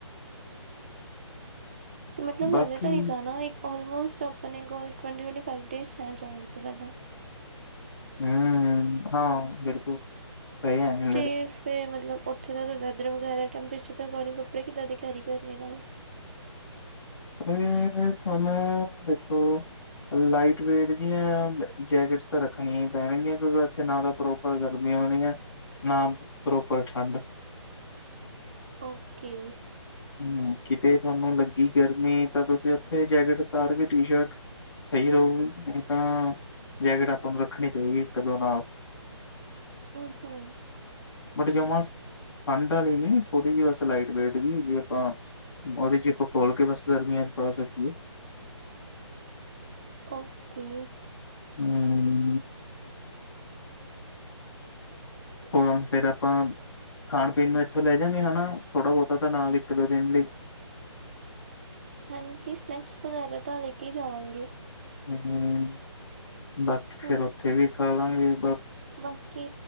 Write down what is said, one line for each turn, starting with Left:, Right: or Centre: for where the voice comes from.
Right: ਤੇ ਮਤਲਬ
Left: ਬਾਕੀ
Right: ਹਾਲੇ ਤਾਂ ਨਹੀਂ ਜਾਣਾ, ਆਲਮੋਸਟ ਆਪਣੇ ਕੋਲ ਟਵੰਟੀ -ਟਵੰਟੀ ਫਾਇਵਸ ਡੇ ਹੈ ਜਾਣ ਤੋਂ ਪਹਿਲਾਂ
Left: ਹਮ, ਹਾਂ, ਬਿਲਕੁੱਲ ਸਹੀ ਕਹਿੰਦੇ
Right: ਤੇ ਫੇਰ ਮਤਲਬ ਉੱਥੇ ਦਾ ਵੈਦਰ ਵਗੈਰਾ ਟੈਂਪਰੇਚਰ ਦੇ ਅਕੋਰਡਿੰਗ ਕੱਪੜੇ ਕਿੱਦਾਂ ਦੇ ਕੈਰੀ ਕਰਨੇ ਇਹਨਾਂ ਦੇ
Left: ਪਰ ਤੁਹਾਨੂੰ ਦੇਖੋ ਹਜੇ ਲਾਈਟ ਵੇਟ ਜਿਹੀਆ ਜੈਕਟਸ ਤਾਂ ਰਖਣੀਆ ਹੀ ਪੈਣਗੀਆਂ ਕਿਉਂਕਿ ਉੱਥੇ ਨਾ ਤਾਂ ਪ੍ਰੋਪ ਪ੍ਰੋਪਰ ਗਰਮੀ ਹੋਣੀ ਐ, ਨਾ ਪ੍ਰੋਪਰ ਠੰਡ
Right: ਓਕੇ
Left: ਹਮ, ਕਿਤੇ ਤੁਹਾਨੂੰ ਲੱਗੀ ਗਰਮੀ, ਤਾਂ ਤੁਸੀਂ ਉੱਥੇ ਜੈਕਟ ਉਤਾਰ ਕੇ ਟੀ ਸ਼ਰਟ ਸਹੀ ਰਹੋਗੇ, ਨਹੀਂ ਤਾਂ, ਜੈਕਟ ਆਪਾਂ ਨੂੰ ਰੱਖਣੀ ਪਏਗੀ ਇੱਕ -ਦੋ ਨਾਲ
Right: ਓ ਹੋ
Left: ਬਟ ਜਮਾ, ਠੰਢ ਵਾਲੀ ਨੀ ਥੋੜੀ ਜਿਹੀ ਬਸ ਲਾਈਟ ਵੇਟ ਜੀ ਜਿਵੇਂ ਆਪਾਂ, ਉਹਦੀ ਜਿੱਪ ਖੋਲ ਕੇ ਬਸ ਗਰਮੀਆਂ 'ਚ ਪਾ ਸਕੀਏ
Right: ਓਕੇ
Left: ਹਮ ਹੁਣ ਉੱਥੇ ਤਾਂ ਆਪਾਂ, ਖਾਣ -ਪੀਣ ਨੂੰ ਇੱਥੋਂ ਲੈ ਜਾਗੇ ਹਨਾ, ਥੋੜਾ ਬਹੁਤਾ ਤਾਂ ਨਾਲ ਇੱਕ-ਦੋ ਦਿਨ ਲਈ
Right: ਹਾਂਜੀ ਸਨੈਕਸ ਵਗੈਰਾ ਤਾਂ ਲੈ ਕੇ ਜਾਵਾਂਗੇ
Left: ਹੂੰ, ਬਾਕੀ ਫੇਰ
Right: ਹੂੰ
Left: ਉੱਥੇ ਵੀ ਖਾ ਲਾਂਗੇ ਆ
Right: ਬਾਕੀ,